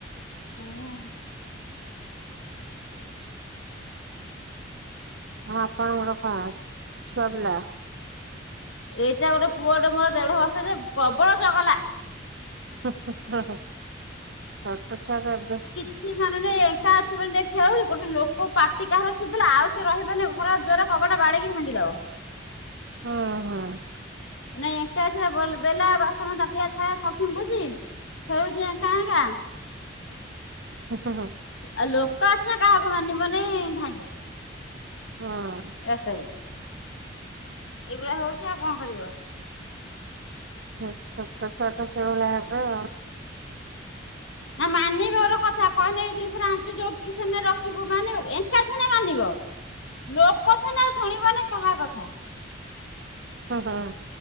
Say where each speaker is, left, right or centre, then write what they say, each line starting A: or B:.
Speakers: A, on the left; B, on the right.
A: ଏଇଆ।
B: ହଁ ଆପଣଙ୍କର କଣ ଛୁଆ ପିଲା?
A: ଏଇଟା ଗୋଟେ ପୁଅ ଗୋଟେ ମୋର ଦେଢ ବର୍ଷ ଯେ ପ୍ରବଳ ଚଗଲା।
B: ହୋ ହୋ ଓହୋ, ଛୋଟ ଛୁଆଙ୍କ <unintelligible>
A: ସି ମାନୁନି ଏଙ୍କା ଅଛି ବୋଲି ଦେଖିବ ଏ ଗୋଟେ ଲୋକ ପାଟି କାହାର ଶୁଭିଲା ଆଉ ସେ ରହିବନି। ଘର ଦ୍ବାର କବାଟ ବାଡେଇକି ଭାଙ୍ଗିଦବ।
B: ହଁ, ହଁ।
A: ନାଇଁ ଏଙ୍କା ଅଛି ସ-ବଲ ବେଲା ବାସନ ତାଟିଆ ଥାଳା ସବ୍ ଫିଙ୍ଗୁଛି। ଥୋଉଛି ଏଙ୍କା ଏଙ୍କା।
B: ହଁ କହ।
A: ଆଉ ଲୋକ ଆସିନେ କାହାକୁ ମାନିବନି ଧାଇଁବ
B: ହଁ।
A: ରାସ୍ତାକୁୁ। ଏଇଭଳିଆ ହଉଛି ଆଉ କଣ କରିବ।
B: ହଁ ଛୋଟ ଛୁଆ ତ ସେଇଭଳିଆ ହବ।
A: ନା ମାନିବର କଥା କହିଲେ ଏଇ ଜିନିଷ ଟା ଆଣିଛୁ ଯୋଉଠୁ ସେଇଠି ନେଇ ରଖିବୁ ମାନିବ, ଏଙ୍କା ଥିନେ ମାନିବ। ଲୋକ ଥିନେ ଶୁଣିବନି କାହା କଥା।
B: ହଁ, ହଁ।